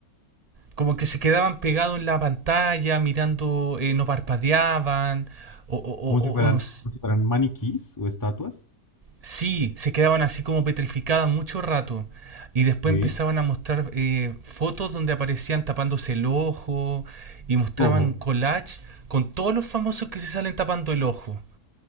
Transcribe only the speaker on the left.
como si fueran,
como si fueran maniquís o estatuas.
Sí.
¿Cómo?